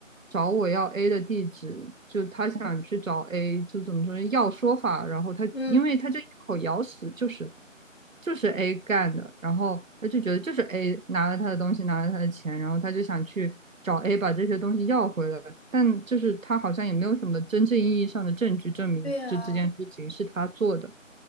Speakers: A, on the right; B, on the left.
A: 找我要 A 的地址，就他想去找 A，就怎么说要说法，然后他因为他就一口咬死就是
B: 嗯，
A: 就是 A 干的，然后他就觉得就是 A 拿了他的东西，拿了他的钱，然后他就想去。找 A 把这些东西要回来，但就是他好像也没有什么真正意义上的证据证明就这件事情是他做的。
B: 对呀，